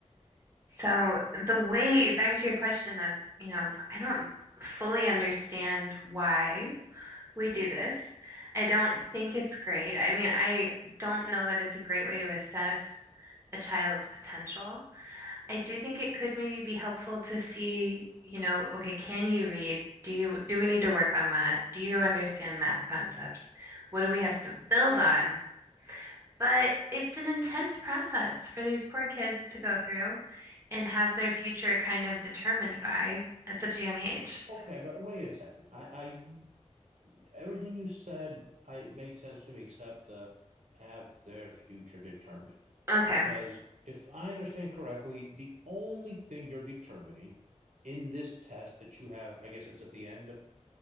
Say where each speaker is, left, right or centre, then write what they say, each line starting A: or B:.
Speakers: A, on the right; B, on the right.
A: So, the way back to your question of, you know, I don't fully understand why We do this. I don't think it's great. I mean, I don't know that it's a great way to assess a child's potential. I do think it could maybe be helpful to see, you know, okay, can you read? Do you do we need to work on that? Do you understand math concepts? What do we have to build on? But it's an intense process for these poor kids to go through and have their future kind of determined by at such a young age.
B: Okay, but wait a second. I, I Everything you said, I made sense to me, except the have their future determined.
A: Okay.
B: Because if I understand correctly, the only thing you're determining in this test that you have, I guess it's at the end of